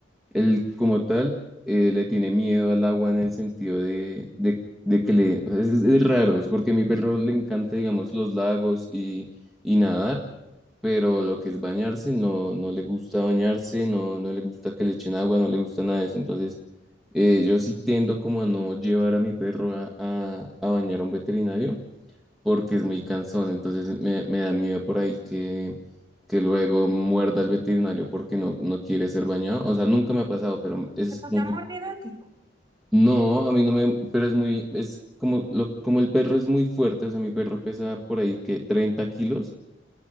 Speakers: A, in the centre; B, on the right (about 20°).
A: Él como tal eh, le tiene miedo al agua en el sentido de, de- de que le... o sea, es, es raro, es porque a mi perro le encanta, digamos, los lagos y, y nadar, pero lo que es bañarse, no, no le gusta bañarse, no, no le gusta que le echen agua, no le gusta nada de eso. Entonces, eh, yo sí tendo como a no llevar a mi perro a, a a bañar a un veterinario porque es muy cansón, entonces me, me da miedo por ahí que, que luego muerda el veterinario porque no, no quiere ser bañado. O sea, nunca me ha pasado, pero ese
B: ¿Pero
A: es como...
B: te ha mordido a ti?
A: No, a mí no me... Pero es muy... Es como, lo, como el perro es muy fuerte, o sea, mi perro pesa por ahí que 30 kilos,